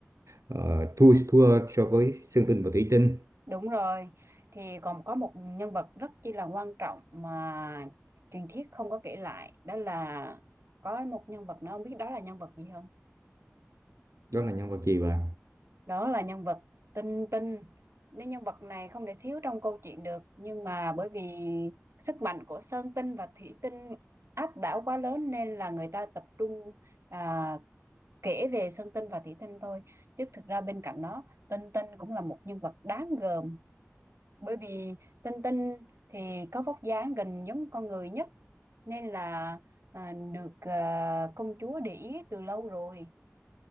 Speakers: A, on the right; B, on the right.
A: ờ, thua thua so với Sơn Tinh và Thủy Tinh
B: đúng rồi thì còn có một nhân vật rất chi là quan trọng mà truyền thuyết không có kể lại đó là có một nhân vật nữa ông biết đó là nhân vật gì không
A: đó là nhân vật gì vậy
B: đó là nhân vật Tinh Tinh nên nhân vật này không thể thiếu trong câu chuyện được nhưng mà bởi vì sức mạnh của Sơn Tinh và Thủy Tinh áp đảo quá lớn nên là người ta tập trung à, kể về Sơn Tinh và Thủy Tinh thôi chứ thực ra bên cạnh đó Tinh Tinh cũng là một nhân vật đáng gờm bởi vì Tinh Tinh thì có vóc dáng gần giống con người nhất nên là à, được à, công chúa để ý từ lâu rồi